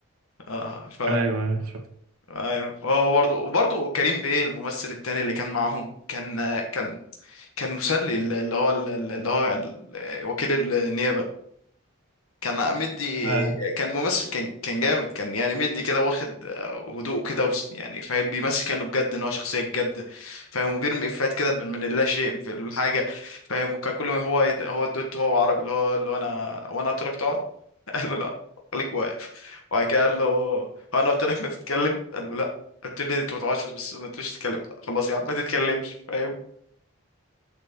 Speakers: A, on the left; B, on the right.
A: آه ف
B: ايوه شفت
A: أيوة وهو برضه وبرضه كريم بيه الممثل التاني اللي كان معاهم كان كان كان مسلي اللي هو اللي هو وكيل النيابة كان مدي
B: ايوه
A: كان ممثل كان كان جامد كان يعني مدي كده واخد آه، هدوء كده وس- يعني فاهم بيمثل كأنه بجد إن هو شخصية بجد فاهم وبيرمي إفيهات كده من من اللا شيء في الحاجة فاهم وكان كل ما هو يد- هو الدوت هو عربي اللي هو اللي هو أنا وأنا قلت لك تقعد قال له لا خليك واقف وبعد كده قال له هو انا قلت لك ما تتكلم قال له لا قلت لي انت ما تقعدش بس ما تقولش تتكلم خلاص يا عم ما تتكلمش فاهم